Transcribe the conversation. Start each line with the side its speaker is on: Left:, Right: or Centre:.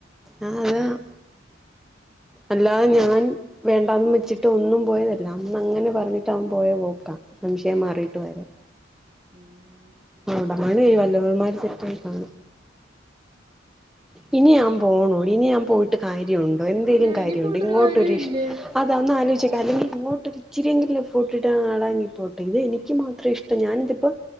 Centre: അത അല്ലാതെ ഞാൻ വേണ്ടന്ന് വെച്ചിട്ട് ഒന്നും പോയതല്ല അന്ന് അങ്ങനെ പറഞ്ഞിട്ട് അവൻ പോയ പോക്കാം സംശയം മാറിട്ട് വരാൻ
Right: ഉം
Centre: <unintelligible> വല്ലവന്മാര് സെറ്റായി കാണും ഇനി ഞാൻ പോകണൂ ഇനി ഞാൻ പോയിട്ട്, കാര്യമുണ്ടോ എന്തെങ്കലും
Right: ഇല്ല
Centre: കാര്യണ്ടോ
Right: ഇനി പോയിട്ടൊരു
Centre: ഇങ്ങോട്ടൊരി
Right: കാര്യവും ഇല്ല
Centre: അതാന്ന് ആലോചിക്ക ഇല്ലെങ്കി അങ്ങോട്ട് ഇച്ചരിെങ്കും എഫോർട്ട്ട്ട ആളാണെങ്കി പോട്ടെ ഇത് എനിക്ക് മാത്രം ഇഷ്ട ഞാനിതിപ്പോ